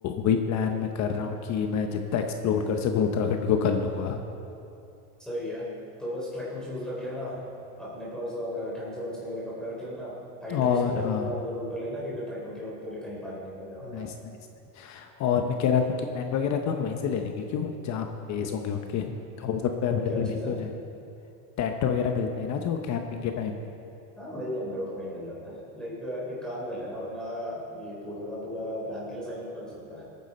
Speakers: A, on the left (about 35°); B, in the centre.
A: वही प्लान मैं कर रहा हूँ कि मैं जितना एक्सप्लोर कर सकूँ उत्तराखंड को कर लूँगा
B: सही है तो बस ट्रैकिंग शूज रख लेना अपने पास और ठंड से बचने के लिए कपड़े रख लेना हाइड्रेशन
A: और
B: का इंतजाम
A: हाँ
B: जरूर कर लेना क्योंकि ट्रैकिंग के वक्त तुझे कहीं पानी नहीं मिलने वाला
A: नाइस नाइस नाइस। और मैं कह रहा था कि टेंट वगैरह तो हम वहीं से ले लेंगे क्यों जहाँ बेस होंगे उनके तो वो सब तो अवेलेबल
B: क्या चीज़
A: वहीं पे
B: है
A: हो जाए टेंट वगैरह मिलते हैं ना जो कैंपिंग के टाइम
B: हाँ मिल जाएंगे वो तो वहीं मिल जाता है लाइक एक काम कर लेना वरना ये पूरा का पूरा प्लान के लिए साइन अप कर सकता है